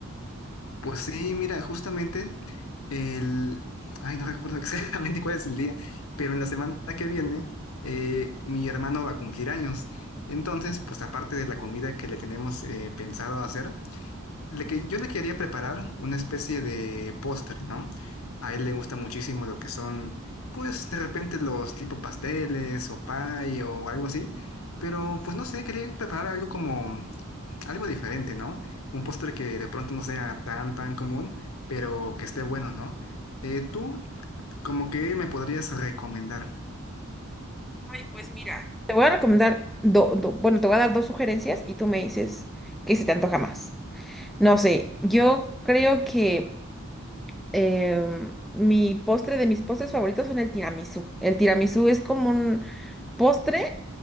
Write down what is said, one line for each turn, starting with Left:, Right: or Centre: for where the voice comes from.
Left: Pues sí, mira, justamente el... Ay, no recuerdo <laughs> exactamente cuál es el día, pero en la semana que viene eh, mi hermano va a cumplir años. Entonces, pues aparte de la comida que le tenemos eh, pensado hacer, Le que yo le quería preparar una especie de postre, ¿no? A él le gusta muchísimo lo que son, pues de repente los tipo pasteles o pie o algo así, pero pues no sé, quería preparar algo como algo diferente, ¿no? Un postre que de pronto no sea tan tan común, pero que esté bueno, ¿no? Eh, tú, como que me podrías recomendar?
Centre: Ay, pues mira. Te voy a recomendar, do- do- bueno, te voy a dar dos sugerencias y tú me dices qué se te antoja más. No sé, yo creo que eh, mi postre de mis postres favoritos son el tiramisú. El tiramisú es como un postre,